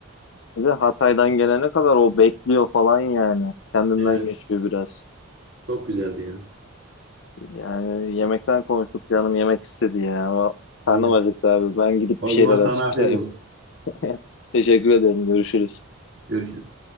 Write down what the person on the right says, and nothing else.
Evet,
çok güzeldi ya.
Aynen.
O
zaman sana
afiyet olsun.
Görüşürüz.